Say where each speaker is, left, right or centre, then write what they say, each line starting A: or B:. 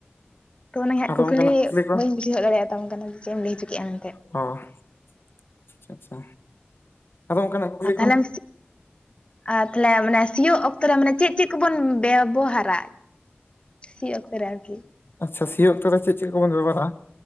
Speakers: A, on the left; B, on the left.
A: ᱛᱚ ᱚᱱᱟ ᱦᱟᱸᱜ
B: ᱟᱫᱚ
A: ᱠᱩᱠᱞᱤ
B: ᱚᱱᱠᱟᱱᱟᱜ ᱠᱚ
A: ᱵᱟᱹᱧ <inaudible> ᱛᱟᱢ ᱠᱟᱱᱟ ᱪᱮᱫ ᱮᱢ ᱞᱟᱹᱭ ᱦᱚᱪ ᱠᱮᱫᱼᱟ ᱢᱮᱱᱛᱮᱫ
B: ᱦᱚᱸ ᱟᱪᱪᱷᱟ ᱟᱪᱪᱷᱟ ᱟᱫᱚ ᱚᱱᱠᱟᱱᱟᱜ ᱠᱩᱠᱞᱤ
A: ᱟ ᱛᱟᱦᱚᱞᱮᱢ-
B: ᱠᱚ
A: ᱟᱨ ᱛᱟᱦᱚᱞᱮ ᱢᱟᱱᱮ ᱥᱤᱭᱳᱜ ᱚᱠᱛᱚ ᱨᱮ ᱢᱟᱱᱮ ᱪᱮᱫ ᱪᱮᱫ ᱠᱚ ᱵᱚᱱ ᱵᱮᱵᱚᱦᱟᱨᱟ ᱥᱤ ᱚᱠᱛᱮ ᱨᱮ ᱟᱨᱠᱤ
B: ᱟᱪᱪᱷᱟ ᱥᱤᱭᱳ ᱚᱠᱛᱚ ᱫᱚ ᱪᱮᱫ ᱪᱮᱫ ᱠᱚᱵᱚᱱ ᱵᱮᱵᱚᱦᱟᱨᱟ